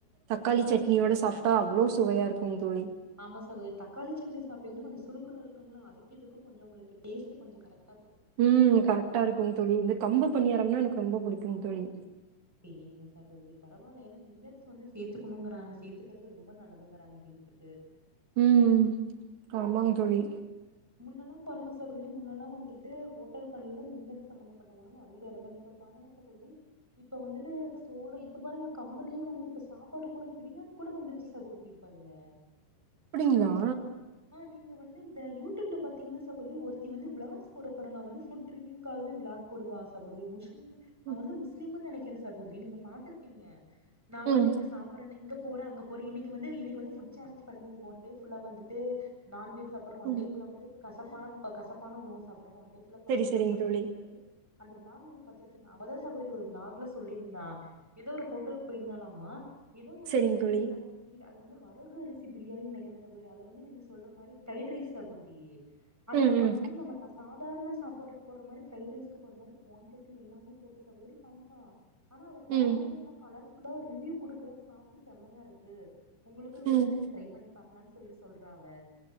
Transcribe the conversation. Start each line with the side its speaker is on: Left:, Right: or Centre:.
Right: தக்காளி சட்னியோட சாப்ட்டா அவ்ளோ சுவையா இருக்கு தோழி
Centre: ஆமா சாகோதரி தக்காளி சட்னி சாப்ட்டிங்ன்னா கோஞ்சோ சுருக்குன்னு இருக்குங்களா அதுக்கிதுக்கு கொஞ்சோ உங்களுக்கு டேஸ்ட் கொஞ்சோ கரெக்ட்
Right: ம் கரெக்டா இருக்கும் தோழி இது கம்பு பண்ணியாரோம்னா எனக்கு ரொம்ப பிடிக்கு தோழி
Centre: சேரிங்க சகோதரி பரவாயில்ல ஏன்னா மில்லட்ஸ் வந்து சேத்துக்கணுங்கறாங்க சேத்துக்கறது ரொம்ப நல்லதுங்கராங்க ஹெல்த்துக்கு
Right: ம் ஆமாங் தோழி
Centre: முன்னெல்லா பாருங்க சகோதரி முன்னெல்லா வந்துட்டு ஹோட்டல்கள்ல மில்லட் சம்பமந்தப்பட்ட உணவு அதிக இருக்காது இப்ப பாருங்க என்ன சகோதரி இப்போ வந்துட்டு சோளோ இப்போ பாருங்க கம்புளையே வந்துட்டு இப்போ சாப்பாடு கூட பிரியாணி கூட வந்துருச்சு சகோதரி பதில
Right: அப்டிங்ளா
Centre: ஆ நீங்க வந்து இந்த யூடியூப்ல பாத்தீங்ன்னா சகோதரி ஒருத்தி வந்து வ்ளாக்ஸ் போட போறாங்கா வந்து ஃபுட் ரிவியூக்காகவே விளாக் போடுவா சகோதரி முஸ்லிம் அவ
Right: ம்
Centre: வந்து முஸ்லீம்னு நெனைக்கிற சகோதரி நீங்க பாத்துருப்பீங்க நா
Right: ம்
Centre: வந்து இங்க சாப் போறே இங்க போறே அங்க போறே இன்னைக்கு வந்து இன்னைக்கு வந்து ஃபுட் சேலஞ்ச் பண்ணுங்க இன்னக்கி ஒன் டே ஃபுல்லா வந்துட்டு நான்வெஜ் சாப்புறே ஒண்டே
Right: ம்
Centre: ஃபுல்லா வந்து கசப்பானப்ப கசப்பான உணவ சாப்டுங்க ஒன்டே பாகக்கா
Right: சரி சரிங்க
Centre: சாப்புடுங்கன்னு
Right: தோழி.
Centre: சொல்லி அந்த வ்ளாக் நீங்க பாத்துருப்பீங்க அவதா சகோதரி ஒரு விளாக்ல சொல்லியிருந்தா ஏதோ ஒரு ஹோட்டலுக்கு போயிருந்தாலாமா ஏதோ ஒரு
Right: சரிங்க
Centre: பிரியாணி
Right: தோழி.
Centre: சகோதரி அது வந்து வரகரிசி பிரியாணின்னு நெனைக்ற சகோதரி அளவு வந்து நீங்க சொல்ற மாரி பிரரைட் ரைஸ் சகோதிரே ஆனா
Right: ம்
Centre: நம்ம
Right: ம்
Centre: வந்துட்டு நம்ம கா சாதாரண சாப்பாட்டுக்கு போட்ற மாரி ஃப்ரைட் ரைஸ்கு போட்ற மாரி குவாண்டிட்டி எல்லாமே போட்டு சகோதரி பண்றா ஆனா அதுல பாக்கும்போது
Right: ம்
Centre: நல்ல கலர்ஃபுல்லா ரிவ்யு கொடுக்குற சாப்டு செம்மயா இருக் கு உங்களுக்கு வேணுனா
Right: ம்
Centre: நீங்க ட்ரை பண்ணி பாக்கலாம்னு சொல்லி சொல்றாவ